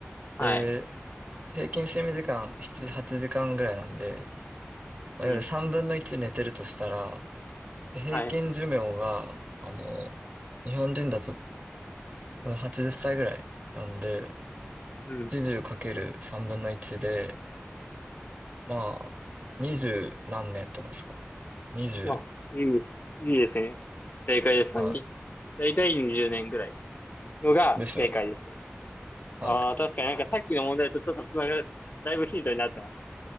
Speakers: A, on the left; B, on the right.
A: はい。
B: で、平均睡眠時間7、8時間ぐらいなんで、まあ、
A: うん。
B: いわゆる3分の1寝てるとしたら、で平均寿命が、
A: はい。
B: あの、日本人だとでも80歳ぐらいなんで、80かける3分の1で、
A: うん。
B: まあ、二十何年とかですか二十、
A: あ、いいです。いいですね。正解ですかに、
B: は
A: だいたい20年ぐらいっていうのが正解ですね。
B: い。ですよね。はい。
A: ああ、確かになんかさっきの問題とちょっとつながる、だいぶヒントになってますね。